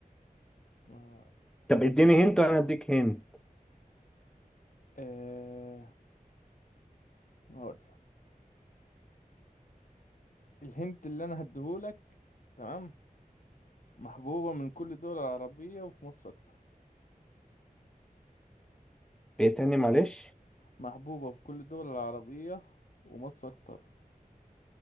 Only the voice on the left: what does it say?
آه
آه، هقول الهنت اللي أنا هديهولك تمام محبوبة من كل الدول العربية وفي مصر أكتر
محبوبة في كل الدول العربية ومصر أكتر